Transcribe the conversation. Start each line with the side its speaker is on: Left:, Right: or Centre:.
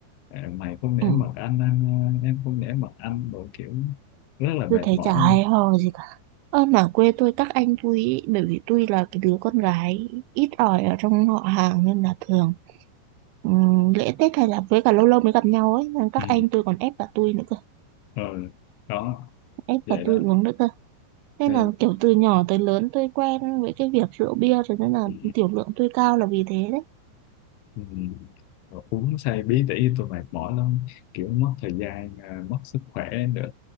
Left: à, mày không nể
Right: ừ,
Left: mặt anh anh à, em không nể mặt anh đồ kiểu rất là
Right: tôi
Left: mệt
Right: thấy
Left: mỏi
Right: chả hay
Left: nha
Right: ho gì cả ơ mà quê tôi các anh tôi ý, bởi vì tôi là cái đứa con gái ít ỏi ở trong họ hàng nên là thường Ừm, lễ Tết hay là với cả lâu lâu mới gặp nhau ấy nên các
Left: ừ.
Right: anh tôi còn ép cả tôi nữa cơ
Left: ờ, đó
Right: ép
Left: vậy
Right: cả tôi
Left: đó
Right: uống nữa cơ nên
Left: nên
Right: là kiểu từ nhỏ tới lớn tôi quen với cái việc rượu bia rồi nên là
Left: ừ.
Right: tiểu lượng tôi cao là vì thế đấy
Left: Ừ. Ờ, uống say bí tỉ tôi mệt mỏi lắm kiểu mất thời gian à, mất sức khỏe nữa